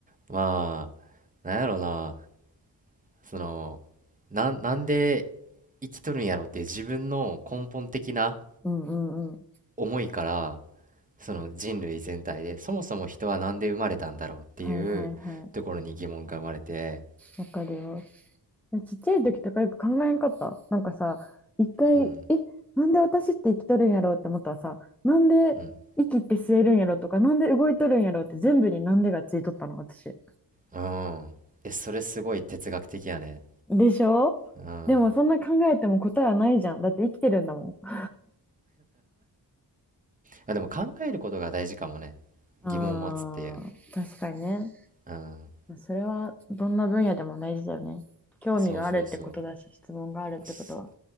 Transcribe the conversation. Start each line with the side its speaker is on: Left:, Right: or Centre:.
Right: まあなんやろうなそのなんなんで生きとるんやろっていう自分の根本的な
Centre: うんうんうん。
Right: 思いからその人類全体でそもそも人はなんで生まれたんだろうっていうところに疑問が生まれて
Centre: はいはいはい。わかるよ。えちっちゃい時とかよく考えんかった。なんかさ、一回、
Right: うん
Centre: え、なんで私って生きとるんやろうって思ったらさ、なんで息って吸えるんやろうとか、
Right: うん
Centre: なんで動いとるんやろうって全部になんでがついとったの、私。
Right: うんえそれすごい哲学的やね
Centre: でしょでもそんな考えても答えはないじゃん。
Right: うん
Centre: だって生きてるんだもん。
Right: あ、でも考えることが大事かもね。
Centre: あー、
Right: 疑問を持つっていう。
Centre: 確かにね。
Right: うん。
Centre: まあそれはどんな分野でも大事だよね。興味があるってことだし、
Right: そうそうそ
Centre: 質問があるってことは。
Right: う。す